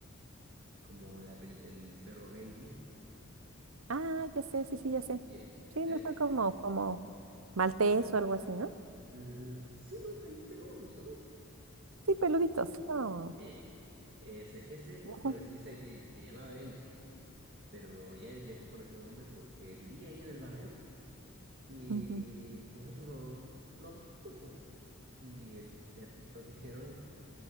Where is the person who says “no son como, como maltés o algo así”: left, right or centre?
Right